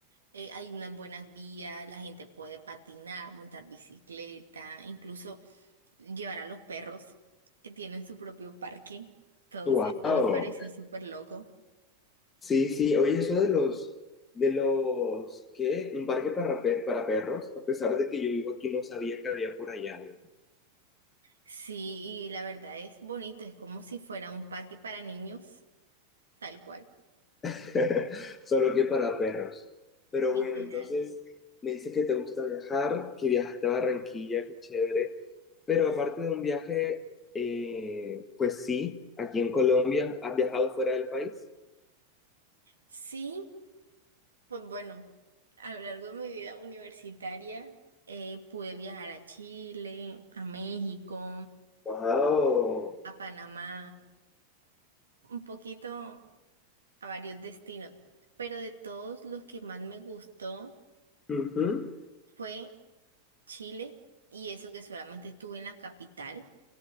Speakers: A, on the right; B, on the left.
A: eh, hay unas buenas vías, la gente puede patinar, montar bicicleta, incluso llevar a los perros que tienen su propio parque. Entonces,
B: wow.
A: eso nos pareció súper loco.
B: Sí, sí, oye, eso de los. De los, ¿qué? Un parque para, pe- para perros, a pesar de que yo vivo aquí, no sabía que había por allá. ¿eh?
A: Sí, y la verdad es bonito, es como si fuera un parque para niños, tal cual,
B: <laughs> Solo que para perros. Pero
A: literal.
B: bueno, entonces me dice que te gusta viajar, que viajaste a Barranquilla, qué chévere. Pero aparte de un viaje, eh, pues sí, aquí en Colombia, ¿has viajado fuera del país?
A: Sí, pues bueno, a lo largo de mi vida universitaria eh, pude viajar a Chile, a México,
B: Wow.
A: a Panamá, un poquito. a varios destinos, pero de todos los que más me gustó
B: Ujú,
A: fue Chile y eso que solamente estuve en la capital,